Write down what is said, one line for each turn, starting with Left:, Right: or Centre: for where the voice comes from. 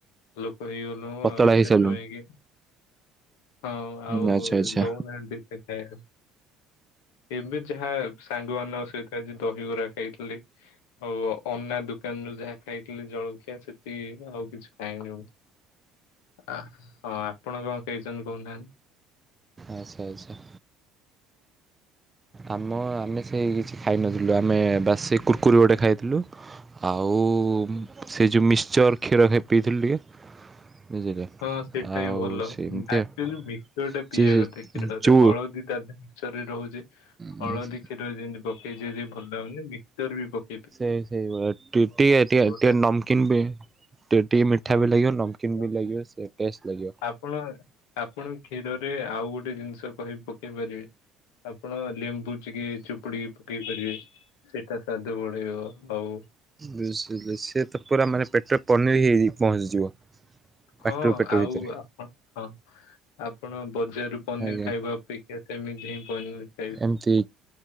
Left: ଲୋକ ହେଇଗଲୁ।
Right: ପତଳା
Left: ଆଉ
Right: ହେଇସାରିଲୁଣି
Left: ସେଥିପାଇଁ କି ହଁ ଆଉ
Right: ହୁଁ ଆଚ୍ଛା ଆଚ୍ଛା।
Left: ଦଉନାହାନ୍ତି ସେ ଖଏ ଏବେ ଯାହା ସାଙ୍ଗମାନଙ୍କ ସହିତ ଆଜି ଦହିବରା ଖାଇଥିଲି। ଆଉ ଅନା ଦୋକାନ ଯୋ ଯାହା ଖାଇଥିଲି ଜଳଖିଆ ସେଠି ଆଉ କିଛି ଖାଇନି ଆଉ। ଅ ହଁ ଆପଣ କଣ ଖାଇଛନ୍ତି <unintelligible>
Right: ଆଚ୍ଛା ଆଚ୍ଛା। ଆମ ଆମେ ସେଇ କିଛି ଖାଇନଥିଲୁ, ଆମେ ବାସ ସେ କୁର୍କୁରି ଗୋଟେ ଖାଇଥିଲୁ। ଆଉ ସେ ଯୋଉ ମିକ୍ଚର କ୍ଷୀର ପିଇଥିଲି ଟିକେ। ବୁଝିଲେ।
Left: ହଁ ସେଇଟା
Right: ଆଉ
Left: ବି ଭଲ,
Right: ସେମିତି
Left: ଆକ୍ଚୁଆଲି
Right: ଆଉ
Left: ମିକସର ଟା ପିଇବା
Right: ଚି
Left: କଥା କ୍ଷୀରରେ
Right: ଚୁ
Left: ହଳଦୀ ତା ରେ ରହୁଚି ହଳଦୀ
Right: ହଁ
Left: କ୍ଷୀର ଯେମିତି ପକେଇଚି ଯ ଭଲ ଲାଗୁନି ମିକସର ବି ପକ୍
Right: ସେଇ ସେଇ ଟିକେ ଟେ ଟିକେ
Left: ଟା
Right: ନମକିନ୍ ବି ଟ ଟିକେ ମିଠା
Left: ହଁ
Right: ବି ଲାଗିବ, ନମ୍କନ୍
Left: ହଁ
Right: ବି ଲାଗିବ ସେ ଟେଷ୍ଟ ଲାଗିବ।
Left: ଆପଣ ଆପଣ କ୍ଷୀରରେ ଆଉ ଗୋଟେ ଜିନିଷ କହି ପକେଇ ପାରିବେ। ଆପଣ ଲେମ୍ବୁ ଟିକେ ଚୁପୁଡି ପକେଇ ପାରିବେ, ସେଇଟା ସ୍ଵାଦ ବଢେଇବ ଆଉ
Right: ବୁଝ ସେ ତ ପୁରା ମାନେ ପେଟ ପନିର ହେଇକି ପହଞ୍ଚିଯିବ। ପାଟିରୁ
Left: ହଁ
Right: ପେଟ
Left: ଆଉ
Right: ଭିତରେ
Left: ଆ ହଁ ଆପଣ ବଜାରରୁ ପନିର
Right: ଆଜ୍ଞା
Left: ଖାଇବା ଅପେକ୍ଷା ସେମିତି ହିଁ ପନିର୍
Right: ଏମତି,